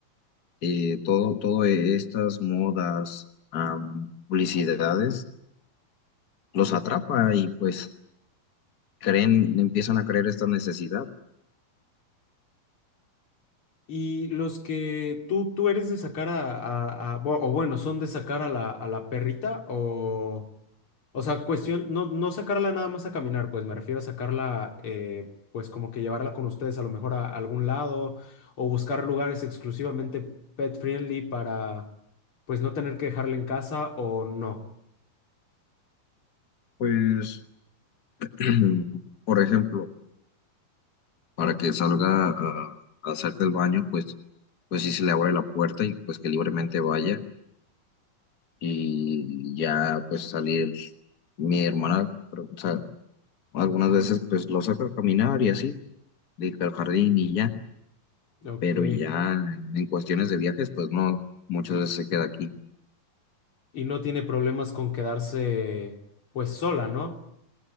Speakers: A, on the left; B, on the left.
A: eh, todo, todo estas modas, am, publicidades, los atrapa y pues creen, empiezan a creer esta necesidad.
B: Y los que tú, tú eres de sacar a, a- a- bu- o bueno, son de sacar a la, a la perrita o, o sea, cuestión, no, no sacarla nada más a caminar, pues me refiero a sacarla, eh, pues como que llevarla con ustedes a lo mejor a, algún lado o buscar lugares exclusivamente pet friendly para, pues no tener que dejarla en casa o no.
A: Pues, <clears throat> por ejemplo, para que salga a, a hacer del baño, pues, pues sí se le abre la puerta y pues que libremente vaya y ya pues salir mi hermana, pero, o sea, algunas veces pues lo saca a caminar y así, de que al jardín y ya,
B: Ok.
A: pero ya en cuestiones de viajes pues no, muchas veces se queda aquí.
B: Y no tiene problemas con quedarse, pues sola, ¿no?